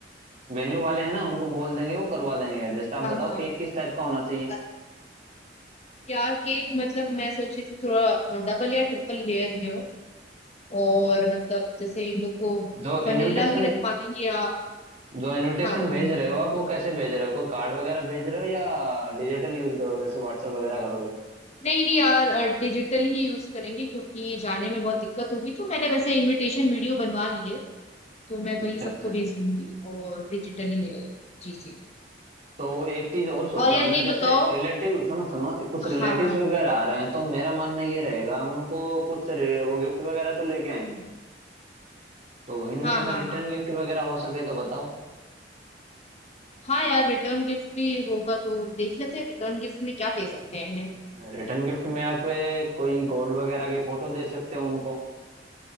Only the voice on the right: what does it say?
वेन्यू वाले हैं ना उनको बोल देंगे वो करवा देंगे एडजस्ट आप
बताओ
केक किस टाइप का होना चाहिए
जो
इनविटेशन
जो इनविटेशन
भेज रहे हो आप वो कैसे भेज रहे हो कोई कार्ड वगैरह भेज रहे हो या डिजिटल यूज करोगे जैसे व्हाट्सएप वगैरह करोगे
अच्छा
अच्छा
तो एक चीज और सोच
रहा
हूँ मैं
जैसे
रिलेटिव सुनो सुनो कुछ रिलेटिव्स
वगैरह आ रहे हैं तो मेरा मानना ये रहेगा उनको कुछ रे- वो गिफ्ट वगैरह तो लेके आएंगे तो इनमें
अगर
रिटर्न
गिफ्ट वगैरह हो सके तो बताओ
रिटर्न गिफ्ट में आप ए, कोई गॉड वगैरह की फोटो दे सकते हो उनको